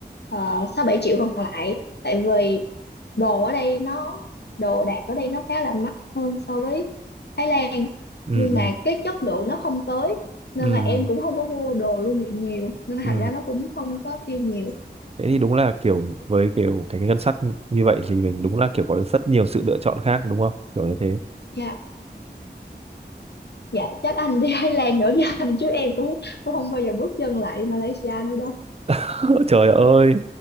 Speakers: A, on the left; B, on the right.
A: uh, 6-7 triệu còn lại tại vì đồ ở đây nó đồ đạc ở đây nó khá là mắc hơn so với Thái Lan
B: ừ,
A: nhưng
B: ừ,
A: mà cái chất lượng nó không tới nên
B: ừ,
A: là em cũng không có mua đồ lưu niệm nhiều nên là thành
B: ừ.
A: ra nó cũng không có tiêu nhiều
B: thế thì đúng là kiểu với kiểu cái ngân sách như vậy thì mình đúng là kiểu có rất nhiều sự lựa chọn khác đúng không kiểu như thế
A: dạ dạ chắc anh đi Thái Lan nữa với anh chứ em cũng cũng không bao giờ bước chân lại Malaysia nữa đâu
B: <laughs> trời ơi